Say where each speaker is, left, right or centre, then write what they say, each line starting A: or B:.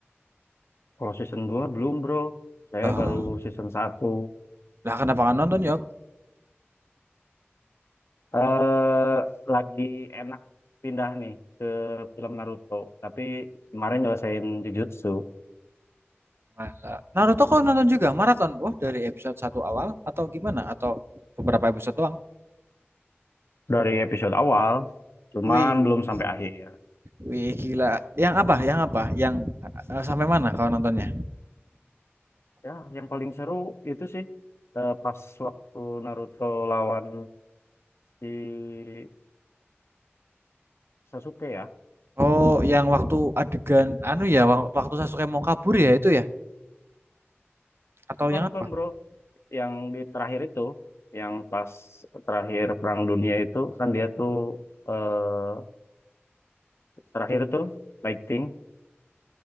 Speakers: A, on the left; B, on the right.
A: Kalau season 2 belum bro, saya
B: Lah,
A: baru season satu.
B: lah kenapa kan nonton ya?
A: Eh lagi enak pindah nih ke film Naruto, tapi kemarin nyelesain Jujutsu
B: Malah. Naruto kau nonton juga maraton, Boh, dari episode satu awal atau gimana? Atau beberapa episode doang?
A: dari episode awal, cuman
B: Wih,
A: belum sampai akhir.
B: wih gila. Yang apa? Yang apa? Yang eh, sampai mana kau nontonnya?
A: Ya, yang paling seru itu sih eh, pas waktu Naruto lawan si Sasuke ya.
B: Oh, yang waktu adegan anu ya, wak- waktu Sasuke mau kabur ya itu ya. atau
A: Bukan
B: yang apa?
A: bukan bro, yang di terakhir itu, yang pas terakhir Perang Dunia itu kan dia tuh eh, terakhir tuh lighting.